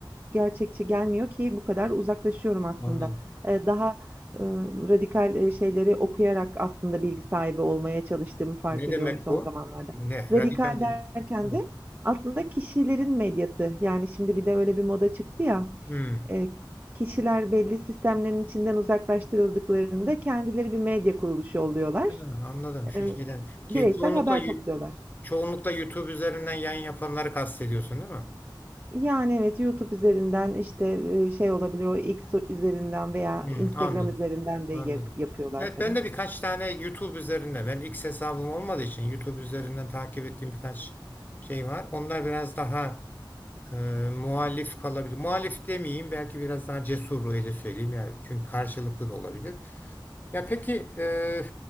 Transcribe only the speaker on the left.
Anladım.
Ne
demek
bu?
Ne?
Radikal dedim.
Evet.
Hmm.
Ha, anladım şu
şeyden.
Ço- Çoğunlukla
çoğunlukla YouTube üzerinden yayın yapanları kastediyorsun değil mi?
Hmm,
anladım.
Anladım.
Evet
ben de birkaç tane YouTube üzerinden ben X hesabım olmadığı için YouTube üzerinden takip ettiğim birkaç şey var. Onlar biraz daha e, muhalif kalabilir. Muhalif demeyeyim belki biraz daha cesur öyle söyleyeyim yani çünkü karşılıklı da olabilir. Ya peki e,